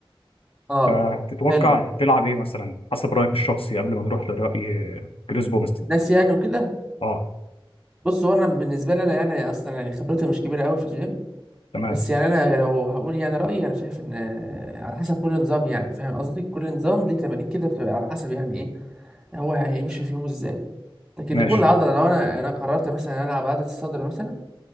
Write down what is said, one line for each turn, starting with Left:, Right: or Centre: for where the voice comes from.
Centre: اه
Left: فتتوقع
Centre: حلو
Left: تلعب ايه مثلا حسب رايك الشخصي قبل ما نروح لراي كريس بومستد
Centre: الناس يعني وكده
Left: اه
Centre: بص هو انا بالنسبه لي انا يعني اصلا يعني خبرتي مش كبيره قوي في الجيم
Left: تمام
Centre: بس يعني انا لو هقول يعني رايي انا شايف ان آه، على حسب كل نظام يعني فاهم قصدي كل نظام ليه تمارين كده بتبقى على حسب يعني ايه هو هيمشي في يومه ازاي لكن
Left: ماشي
Centre: لكل عضله لو انا انا قررت مثلا العب عضله الصدر مثلا